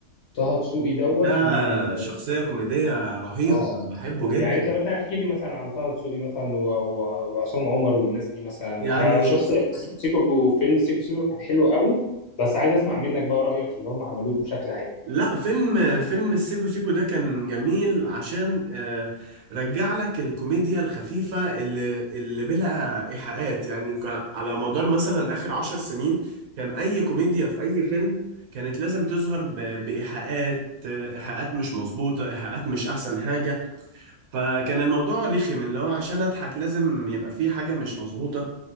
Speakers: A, on the left; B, on the right.
A: طه دسوقي دوت
B: ده
A: من
B: شخصية كوميدية رهيبة
A: اه
B: أنا بحبه جدا
A: يعني انت مثلا احكي لي مثلا على طه دسوقي مثلا و- و- وعصام عمر والناس دي مثلا انا
B: يعني
A: شفت سيكو سيكو وفيلم سيكو سيكو كان حلو قوي بس عايز اسمع منك بقى رأيك في اللي هم عملوه بشكل عام
B: لا فيلم فيلم السيكو سيكو ده كان جميل عشان آه، رجع لك الكوميديا الخفيفة اللي اللي بلا إيحاءات يعني كان على مدار مثلا آخر عشر سنين كان أي كوميديا في أي فيلم كانت لازم تظهر ب- بإيحاءات آه، إيحاءات مش مظبوطة إيحاءات مش أحسن حاجة فكان الموضوع رخي من لو عشان أضحك لازم يبقى فيه حاجة مش مظبوطة